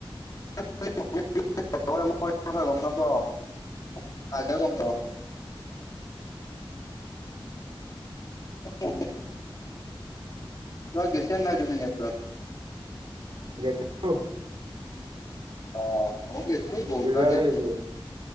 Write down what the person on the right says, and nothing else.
গেইছো
দুইবাৰে
গেছো